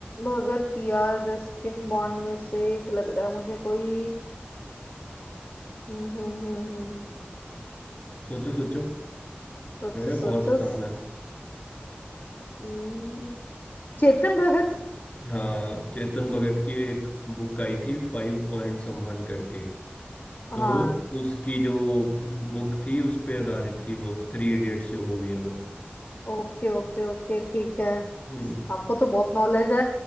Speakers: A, on the left; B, on the left.
A: भगत या रस्किन बॉन्ड में से एक लग रहा है मुझे कोई हम्म हम्म हम्म हम्म,
B: सोचो सोचो
A: सोचो
B: अरे
A: सोचो
B: बहुत आसान है
A: हम्म, चेतन भगत
B: हाँ चेतन भगत की एक बुक आई थी फाइव पॉइंट समवन करके तो
A: हाँ
B: उसकी जो बुक थी उस पे आधारित थी वो थ्री इडियट्स जो मूवी है वो
A: ओके ओके ओके ठीक है
B: हम्म
A: आपको तो बहुत नॉलेज है